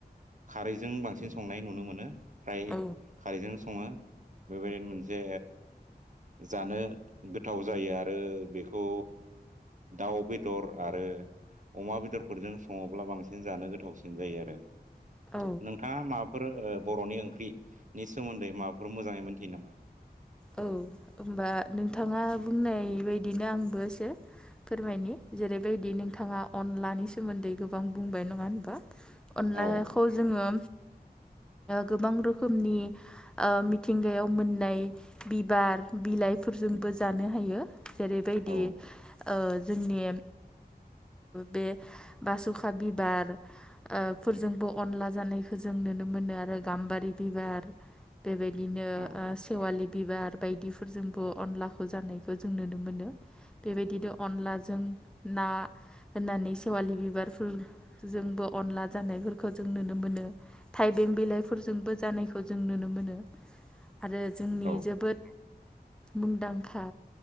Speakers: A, on the right; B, in the centre.
A: खारैजों बांसिन संनाय नुनो मोनो। फ्राय
B: औ
A: खारैजों सङो बेबायदिनो मोनसे जानो गोथाव जायो आरो बेखौ दाउ बेदर आरो अमा बेदरफोरजों सङोब्ला बांसिन जानो गोथावसिन जायो आरो
B: औ
A: नोंथाङा मा फोर बर'नि ओंख्रिनि सोमोन्दै माबाफोर मोजाङै मोनथियो नामा?
B: औ होनबा नोंथाङा
A: औ
B: बुंनाय बायदिनो आंबो‌ एसे फोरमायनि जेरैबायदि नोंथाङा अनलानि सोमोन्दै गोबां बुंबाय नङा होनबा अनलाखौ
A: औ
B: जोङो गोबां रोखोमनि मिथिंगायाव मोननाय बिबार बिलाइफोरजोंबो
A: उम
B: जानो हायो जेरैबायदि
A: औ
B: ओ जोंनि बे बासुखा बिबार ओ फोरजोंबो
A: उम
B: अनला जानायखौ जों नुनो मोनो आरो गाम्बारि बिबार बेबायदिनो
A: औ
B: ओ सेवालि बिबार बायदिफोरजोंबो अनलाखौ जानायखौ जों नुनो मोनो बेबायदिनो अनलाजों ना होननानै सेवालि बिबारफोरजोंबो अनला जानायफोरखौ जों नुनो मोनो थाइबें बिलाइफोरजोंबो जानायखौ जों नुनो मोनो आरो जोंनि
A: औ
B: जोबोद मुंदांखा